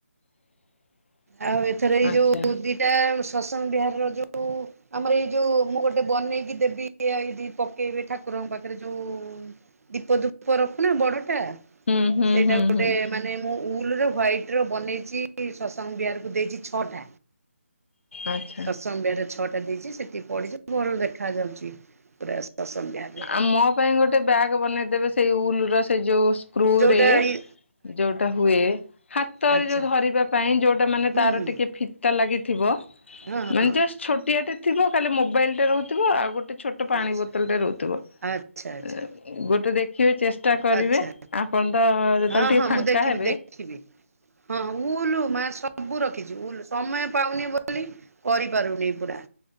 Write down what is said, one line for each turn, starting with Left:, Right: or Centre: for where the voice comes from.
Left: <inaudible>
Right: ଆଉ ଏଥର ଏଇ
Left: ଆଚ୍ଛା
Right: ଯୋଉ ଦିଟା ଶତସଘଂ ବିହାର ର ଯୋଉ ଆମର ଏଇ ଯୋଉ ମୁଁ ଗୋଟେ ବନେଇକି ଦେବି, ବ୍ୟାଗ୍ ଟି ପକେଇବେ ଠାକୁରଙ୍କ ପାଖରେ ଯୋଉ ଦୀପ ଧୂପ ରଖୁନା ବଡଟା
Left: ହୁଁ ହୁଁ
Right: ସେଇଟା
Left: ହୁଁ
Right: ଗୋଟେ
Left: ହୁଁ
Right: ମାନେ ମୁଁ ଉଲୁରେ ହ୍ଵାଇଟ୍ ର ବନେଇଛି ଶତସଙ୍ଗ ବିହାରକୁ ଦେଇଛି ଛଅଟା।
Left: ଆଚ୍ଛା।
Right: ସତସଙ୍ଘ ବିହାର ରେ ଛଅଟା ଦେଇଛି ସେଠି ପଡିଛି ଭଲ ଦେଖା ଯାଉଛି। ପୁରା ସତ୍ସଙ୍ଗ ବିହାରରେ
Left: ଆ ମୋ ପାଇଁ ଗୋଟେ ବ୍ୟାଗ ବନେଇଦେବେ, ସେଇ ଉଲର ସେ ଯୋଉ ସ୍କ୍ରୁରେ
Right: ଯୋଉଟା ଇ
Left: ଯୋଉଟା ହୁଏ ହାତରେ
Right: ଆଚ୍ଛା
Left: ଯୋଉ ଧରିବା ପାଇଁ, ଯୋଉଟା ମାନେ
Right: ହୁଁ
Left: ତାର
Right: ହୁଁ
Left: ଟିକେ ଫିତା ଲାଗେ ଥିବ
Right: ହଁ
Left: ମାନେ
Right: ହଁ
Left: ଜଷ୍ଟ ଛୋଟିଆଟେ ଥିବ ଖାଲି ମୋବାଇଲଟେ ରହୁଥିବ, ଆଉ ଗୋଟେ ଛୋଟ ପାଣି
Right: ଆଚ୍ଛା
Left: ବୋତଲଟେ ରହୁ ଗୋଟେ
Right: ଆଚ୍ଛା ଆଚ୍ଛା
Left: ଦେଖିବେ ଚେଷ୍ଟା କରିବେ
Right: ଆଚ୍ଛା
Left: ଆପଣ। ତ ଯେତେବେଳେ
Right: ହଁ-
Left: ଟିକେ
Right: ହଁ-
Left: ଫାଙ୍କା
Right: ମୁଁ ଦେଖିବି
Left: ହେବେ
Right: ଦେଖିବି। ହଁ ଉଲୁ ମା ସବୁ ରଖିଛୁ ଉଲ୍। ସମୟ ପାଉନି ବୋଲି କରିପାରୁନି ପୁରା